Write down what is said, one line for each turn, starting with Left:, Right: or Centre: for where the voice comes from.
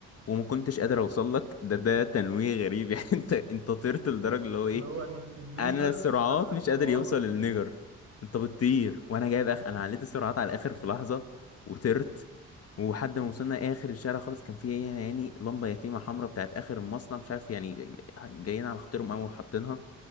Left: وما كنتش قادر اوصل لك ده ده تنويه غريب <laughs> يعني انت انت طرت لدرجه اللي هو
Right: اللي
Left: ايه
Right: هو الن- النيجر
Left: انا السرعات
Right: سابقة السرعات
Left: مش قادر يوصل للنجر انت بتطير وانا جايب اخ انا عليت السرعات على الاخر في لحظه وطرت وحد ما وصلنا اخر الشارع خالص كان في يعني لمبه يتيمه حمراء بتاعت اخر المصنع مش عارف يعني ج- جايين على خاطرهم قوي وحاطينها